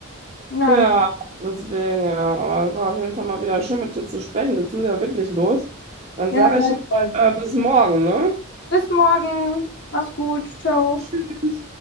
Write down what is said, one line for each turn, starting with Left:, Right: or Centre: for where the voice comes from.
Left: Ja,
Right: Ja, deswegen, ja. Aber es war auf jeden Fall mal wieder schön, mit dir zu sprechen. Jetzt muss ich ja wirklich los. Dann
Left: ja,
Right: sage
Left: gleichfalls.
Right: ich mal, äh, bis morgen, ne?
Left: Bis morgen. Mach's gut. Ciao.
Right: Tschüss.